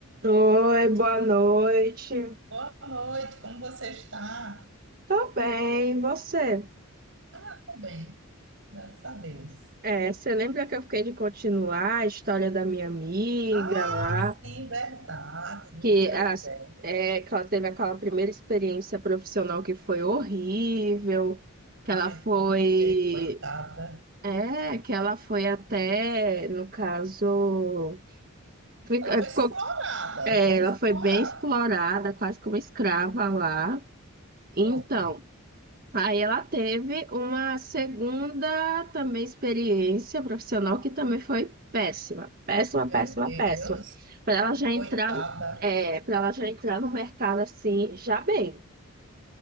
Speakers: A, on the right; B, on the right.
A: Oi, boa noite.
B: Boa noite, como você está?
A: Tô bem, e você?
B: Ah, tô bem. Graças a Deus.
A: É, você lembra que eu fiquei de continuar a história da minha amiga
B: Ah,
A: lá,
B: sim, verdade, do
A: que,
B: emprego
A: as,
B: dela.
A: é, que ela teve aquela primeira experiência profissional que foi horrível, que ela
B: Ai,
A: foi,
B: triste, coitada.
A: é, que ela foi até, no caso, fic-
B: Ela
A: é,
B: foi
A: ficou,
B: explorada,
A: é,
B: né?
A: ela
B: Explorada.
A: foi bem explorada, quase como escrava lá. Então
B: Oh,
A: Aí ela teve uma segunda também experiência profissional que também foi péssima, péssima,
B: meu
A: péssima,
B: Deus,
A: péssima. Para ela já entrar,
B: coitada.
A: é, para ela já entrar no mercado assim, já bem.